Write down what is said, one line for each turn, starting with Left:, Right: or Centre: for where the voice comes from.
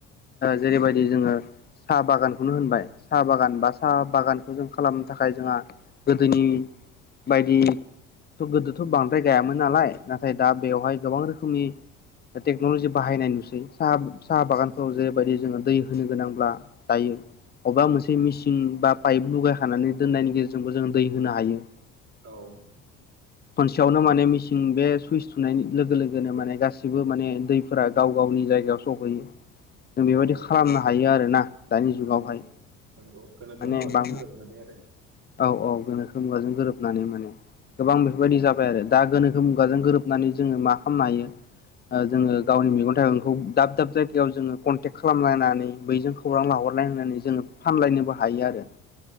Left: जेरैबायदि जोङो साहा बागानखौनो होनबाय साहा बागान बा साहा बागानखौ जों खालामनो थाखाय जोंहा गोदोनि बायदिथ' गोदोथ' बांद्राय गायामोन नालाय। नाथाय दा बेवहाय गोबां रोखोमनि टेक्न'लजि बाहायनाय नुसै साहा साहा बागानफोराव जेरैबायदि जोङो दै होनो गोनांब्ला जायो अबेबा मोनसे मेचिन बा पाइप लुगायखानानै दोननायनि गेजेरजोंबो जोङो दै होनो हायो।
Right: औ
Left: खनसेयावनो माने मिसिं बे सुइस थुनाय लोगो लोगोनो माने गासिबो माने दैफोरा गाव गावनि जायगायाव सहैयो जों बेबायदि
Right: औ
Left: खालामनो हायो आरो ना दानि जुगावहाय
Right: नंगौ नंगौ गोनोखो
Left: माने
Right: मुगाजों
Left: बां
Right: गोरोबनानै आरो
Left: औ औ गोनोखो मुगाजों गोरोबनानै माने गोबां
Right: उम
Left: बेफोरबायदि जाबाय आरो दा गोनोखो मुगाजों गोरोब हाबनानै जोङो मा खालामनो हायो ओ जोङो गावनि मेग थाइगंखौ दाब दाब जायगायाव जोङो कनटेक् खालामलायनानै बैजों खौरां लाहरनाय होननानै जोङो फानलायनोबो हायो आरो।